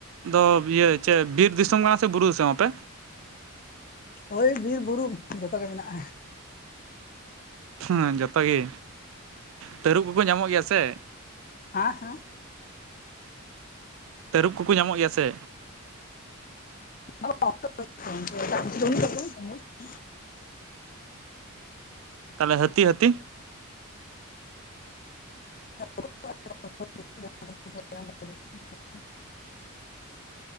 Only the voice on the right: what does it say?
ᱫᱚ ᱤᱭᱟᱹ ᱪᱮᱫ ᱵᱤᱨ ᱫᱤᱥᱚᱢ ᱠᱟᱱᱟ ᱥᱮ ᱵᱩᱨᱩ ᱫᱤᱥᱚᱢ ᱟᱯᱮ?
ᱦᱮᱸ ᱡᱚᱛᱚ ᱜᱮ ᱛᱟᱹᱨᱩᱵ ᱠᱚᱠᱚ ᱧᱟᱢᱚᱜ ᱜᱮᱭᱟ ᱥᱮ?
ᱛᱟᱹᱨᱩᱵ ᱠᱚᱠᱚ ᱧᱟᱢᱚᱜ ᱜᱮᱭᱟ ᱥᱮ?
ᱛᱟᱦᱚᱞᱮ ᱦᱟᱛᱤ ᱦᱟᱛᱤ